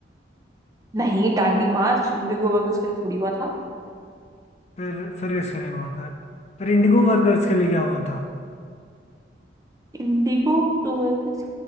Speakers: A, on the right; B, on the left.
A: नहीं डांडी मार्च इंडिगो वर्कर्स के लिए थोड़ी हुआ
B: फिर फिर किसके लिए हुआ था फिर इंडिगो वर्कर्स के लिए क्या हुआ था
A: इंडिगो तो वो किस-